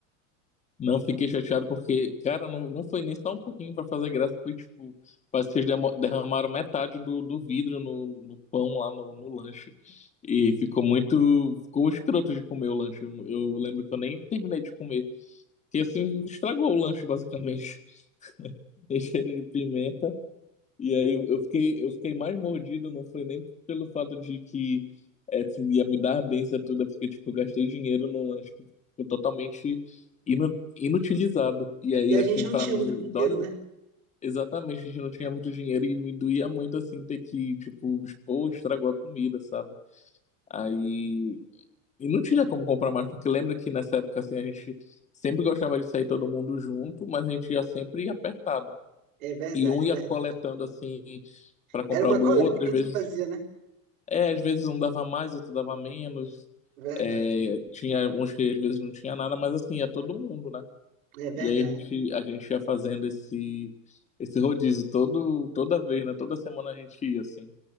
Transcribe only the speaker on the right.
E a
gente não
tinha
muito dinheiro,
né?
É verdade,
é
verdade.
Era uma
coleta
que
a gente
fazia, né?
Verdade,
é verdade.